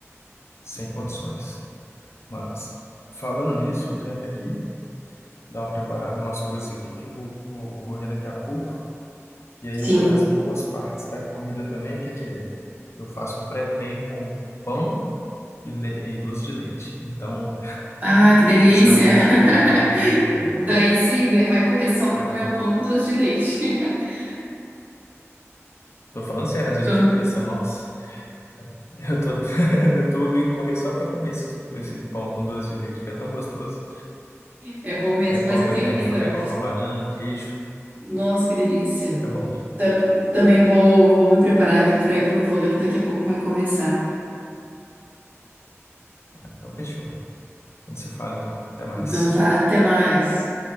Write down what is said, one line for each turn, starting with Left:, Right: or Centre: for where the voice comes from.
Left: sem condições. Mas, falando nisso, eu tenho até que dar uma preparada em umas coisas aqui, porque eu vou vou correr daqui a pouco. E aí,
Right: sim.
Left: uma das boas partes da corrida também, o que que é? Eu faço um pré-treino com pão e, le- e doce de leite. Então,
Right: Ah, que delícia!
Left: Estão empolgadas
Right: <laughs>
Left: também no treino.
Right: Daí sim, né? Vai correr só para
Left: É.
Right: comer um pão com doce de leite. <laughs>
Left: Tô falando sério, às vezes
Right: Então
Left: eu fico pensando, nossa, eu tô, <laughs> eu tô indo correr só pra comer esse, esse pão com doce de leite, porque é tão gostoso.
Right: É bom mesmo,
Left: Aí eu coloco
Right: mas eu tenho
Left: ali na
Right: aqui
Left: airfry,
Right: também.
Left: coloco uma banana, um queijo,
Right: Nossa, que delícia.
Left: fica bom.
Right: Tam- Também vou, vou me preparar aqui para ir pro vôlei que daqui a pouco vai começar.
Left: Então fechou. A gente se fala então. Até mais.
Right: Então tá, até mais.